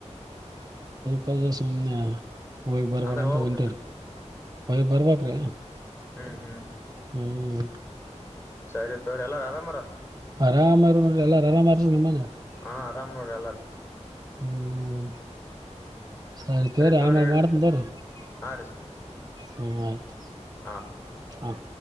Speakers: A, on the right; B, on the left.
A: ಹೌದು ಸುಮ್ನೆ ಹೋಗ್ ಬರ್ಬೇಕು
B: ಅಂದ್ರ
A: ಅಂತ
B: ಹೋಗ್ಬೇಕ
A: ಒಂಟಿರಿ ಹೊಯಿ ಬರಬೇಕು ರೀ ನಾವು
B: ಹ್ಮ್ ಹ್ಮ್
A: ಹ್ಮ್ <inaudible>
B: ಸರಿ ತೋರಿ ಎಲ್ಲಾರ ಆರಾಮಾರ
A: ಆರಾಮ ಎಲ್ಲ ಆರಾಮಾರ ನಿಮ್ಮನೆ
B: ಹಾ ಆರಾಮ್ ನೋಡಿ ಎಲ್ಲಾರು
A: ಹ್ಮ್ ಸರಿ ತಕೋರಿ
B: ತೋರಿ
A: ಆಮೇಲೆ
B: ಇಡ್ಲಿ
A: ಮಾಡ್ತೀನಿ ತಕೋರಿ
B: ಹಾ ರೀ ಸರ್
A: ಹ ಆಯ್ತು
B: ಹಾ
A: ಹ